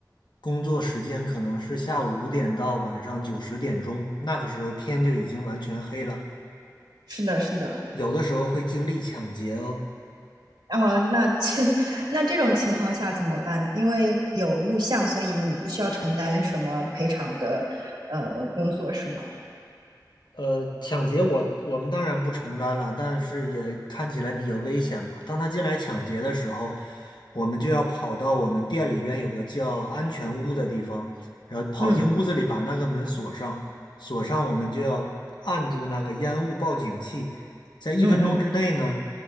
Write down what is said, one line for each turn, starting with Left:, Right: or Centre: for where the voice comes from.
Left: 工作时间可能是下午五点到晚上九十点钟，那个时候天就已经完全黑了，
Right: 是的，是的。
Left: 有的时候会经历抢劫哦。
Right: 啊，那这 <laughs> 那这种情况下怎么办？因为有录像，所以你不需要承担什么赔偿的呃工作是吗？
Left: 呃，抢劫我我们当然不承担了，但是也看起来比较危险嘛。当他进来抢劫的时候，我们就要跑到我们店里边有个叫安全屋的地方，然后跑进屋子里把那个门锁上，
Right: 嗯
Left: 锁上我们就要按住那个烟雾报警器，在一分钟之内呢，
Right: 嗯嗯